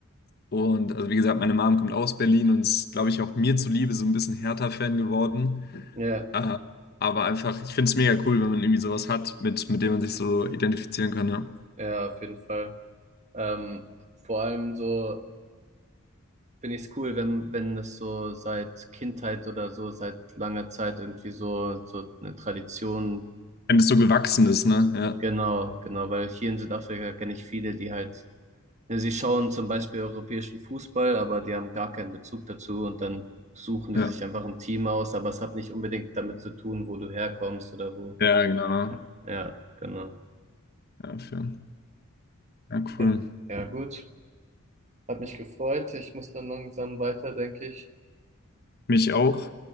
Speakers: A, on the left; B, on the right.
A: Und also wie gesagt, meine Mom kommt aus Berlin und ist, glaube ich, auch mir zuliebe so ein bisschen Hertha-Fan geworden.
B: ja,
A: Äh, aber einfach, ich finde es mega cool, wenn man irgendwie sowas hat, mit, mit dem man sich so identifizieren kann, ja.
B: ja, auf jeden Fall. Ähm, vor allem so finde ich es cool, wenn, wenn das so seit Kindheit oder so, seit langer Zeit irgendwie so, so eine Tradition,
A: Wenn das so gewachsen ist, ne?
B: genau, genau, weil hier in Südafrika kenne ich viele, die halt, ja, sie schauen zum Beispiel europäischen Fußball, aber die haben gar keinen Bezug dazu und dann suchen die
A: Ja,
B: sich
A: ja.
B: einfach ein Team aus, aber es hat nicht unbedingt damit zu tun, wo du herkommst oder wo,
A: Ja, genau.
B: ja, genau.
A: Ja, für, ja, cool.
B: Ja, ja, gut. Hat mich gefreut. Ich muss dann langsam weiter, denke ich.
A: Mich auch.